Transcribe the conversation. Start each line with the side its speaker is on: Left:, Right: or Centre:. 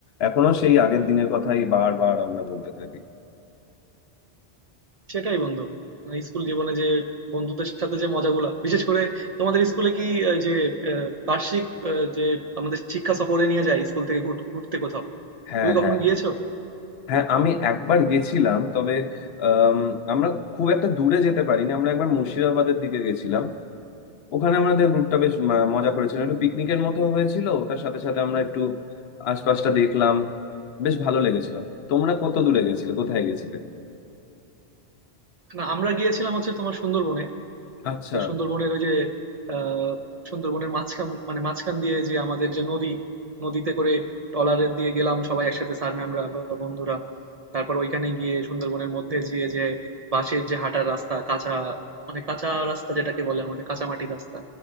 Left: এখনো সেই আগের দিনের কথাই বারবার আমরা বলতে থাকি
Right: সেটাই বন্ধু মানে স্কুল জীবনে যে বন্ধুদের সাথে যে মজাগুলা বিশেষ করে তোমাদের স্কুলে কি এই যে আহ, বার্ষিক আহ, যে আমাদের শিক্ষা সফরে নিয়ে যায় স্কুল থেকে ঘুর- ঘুরতে কোথাও
Left: হ্যাঁ
Right: তুমি কখনো
Left: হ্যাঁ
Right: গিয়েছো
Left: হ্যাঁ আমি একবার গেছিলাম তবে আম, আমরা খুব একটা দূরে যেতে পারিনি আমরা একবার মুর্শিদাবাদের দিকে গেছিলাম ওখানে আমাদের গ্রুপটা বেশ ম- মজা করেছিল একটু পিকনিকের মতো হয়েছিল ওটার সাথে সাথে আমরা একটু আশপাশটা দেখলাম বেশ ভালো লেগেছিল তোমরা কত দূরে গেছিলে কোথায় গেছিলে
Right: না আমরা গিয়েছিলাম হচ্ছে তোমার সুন্দরবনে
Left: আচ্ছা
Right: তো সুন্দরবনের ওই যে আহ, সুন্দরবনের মাঝখান মানে মাঝখান দিয়ে যে আমাদের যে নদী নদীতে করে ট্রলারে দিয়ে গেলাম সবাই একসাথে স্যার ম্যামরা বা বন্ধুরা তারপর ওইখানে গিয়ে সুন্দরবনের মধ্যে গিয়ে যে বাঁশের যে হাঁটার রাস্তা কাঁচা মানে কাঁচা রাস্তা যেটাকে বলে আমাদের কাঁচা মাটির রাস্তা